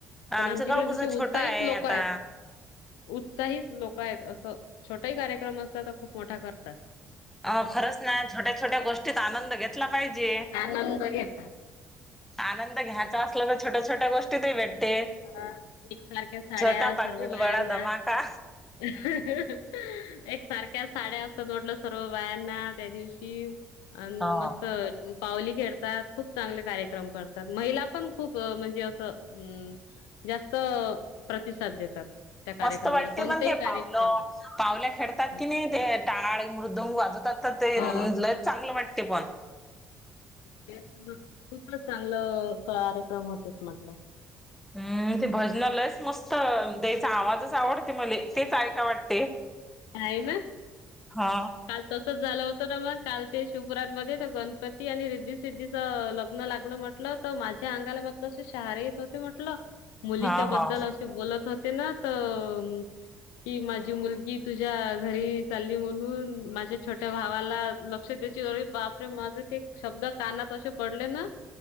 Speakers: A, on the left; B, in the centre.
A: पण
B: आमचं
A: आमच्याकडे
B: गाव कसं
A: जसे उत्साहित
B: छोटं आहे
A: लोक
B: आता.
A: आहेत उत्साहित लोक आहेत असं छोटाही कार्यक्रम असला तर खूप मोठा करतात
B: अ खरंच ना छोट्या छोट्या गोष्टीत आनंद घेतला पाहिजे
A: आनंद घेतात..
B: आनंद घ्या. असल्यान छोट्या छोट्या गोष्टीत ही भेटते..
A: अ एकसारख्या साड्या
B: छोटा
A: सर्व
B: पाकीट
A: बायांना
B: बडा धमाका
A: हा हा एक सारख साड्या असतात म्हटलं सर्व बायांना त्या दिवशी अ
B: हो.
A: मस्त पावली खेळतात खूप चांगले कार्यक्रम करतात महिला पण खूप म्हणजे असं अ जास्त प्रतिसाद देतात. त्या कार्यक्रमाला
B: मस्त वाटते
A: कोणतेही
B: पण ते
A: कार्यक्रम
B: भावलं
A: असो
B: भावल्या खेळतात
A: हं.
B: की नाही ते टाळ मृदूंग वाजवतात ते
A: हो
B: लय चांगलं वाटते पण
A: त्या खूप चांगलं कार्यक्रम होत म्हटलं.
B: हम्म ते भजनालयच मस्त त्याचा आवाजच आवडते मला तेच ऐका वाटते.
A: हेना,
B: हा
A: काल तसच झालं होत. मग काल ते शिपरामध्ये तर गणपती आणि रिद्धसिद्धीच लग्न लागलं म्ह- - म्हटलं तर माझ्या अंगाला मधलं अस शहारे येत होते म्हटलं मुलीच्या
B: हा
A: बद्दल
B: हा
A: असे बोलत होते ना तर कि माझी मुलगी तुझ्या घरी चालली म्हणून माझ्या छोट्या भावाला लक्ष द्यायचे अरे बापरे माझं ते शब्द कानात असे पडले ना